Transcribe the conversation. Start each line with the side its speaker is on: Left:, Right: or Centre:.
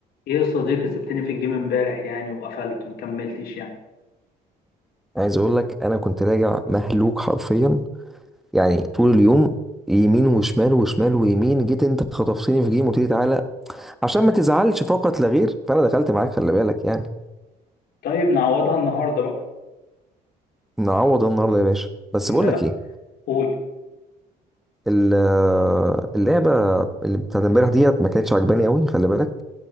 Left: ايه يا صديقي سبتني في الجيم امبارح يعني وقفلت مكملتش يعني
Centre: عايز اقول لك انا كنت راجع مهلوك حرفيا يعني طول اليوم يمين وشمال وشمال ويمين جيت انت خطفتني في جيم وتيجي تعالى عشان ما تزعلش فقط لا غير فانا دخلت معاك خلي بالك يعني
Left: طيب نعوضها النهارده بقى
Centre: نعوض النهارده يا باشا بس
Left: إن
Centre: بقول لك
Left: لا
Centre: ايه
Left: قول
Centre: ال- آه، اللعبه اللي بتاعت امبارح ديت ما كانتش عجباني قوي خلي بالك